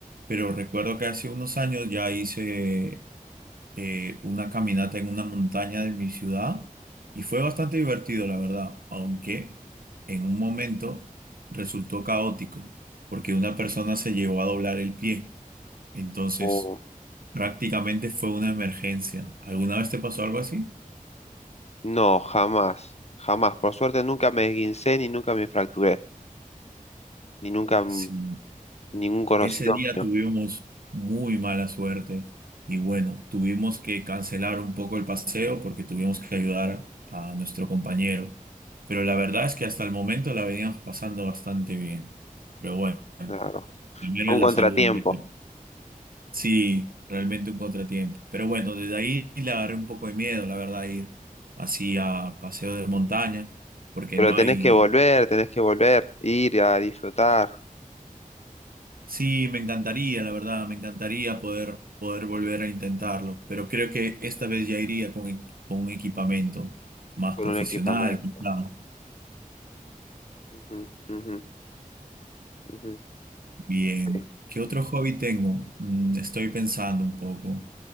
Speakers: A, on the right; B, on the left.
A: pero recuerdo que hace unos años ya hice eh, una caminata en una montaña de mi ciudad y fue bastante divertido, la verdad, aunque en un momento resultó caótico porque una persona se llegó a doblar el pie. Entonces,
B: Oh,
A: Prácticamente fue una emergencia. ¿Alguna vez te pasó algo así?
B: No, jamás, jamás. Por suerte nunca me esguincé ni nunca me fracturé. ni nunca mm,
A: Sí.
B: ningún conocido
A: Ese día
B: mío.
A: tuvimos muy mala suerte y bueno, tuvimos que cancelar un poco el paseo porque tuvimos que ayudar a nuestro compañero. Pero la verdad es que hasta el momento la veníamos pasando bastante bien. Pero bueno,
B: Claro.
A: primero
B: Fue
A: es
B: un
A: la
B: contratiempo.
A: salud. ¿eh? Sí, realmente un contratiempo. Pero bueno, desde ahí le agarré un poco de miedo, la verdad, a ir así a paseo de montaña porque
B: Pero
A: no
B: tenés
A: hay
B: que volver, tenés que volver, ir a disfrutar
A: Sí, me encantaría, la verdad, me encantaría poder, poder volver a intentarlo, pero creo que esta vez ya iría con, e- con un equipamiento más
B: con
A: profesional,
B: un equipamiento.
A: quizá.
B: Ujú, ujú, ujú.
A: Bien.
B: Sí.
A: ¿Qué otro hobby tengo? Mm, estoy pensando un poco.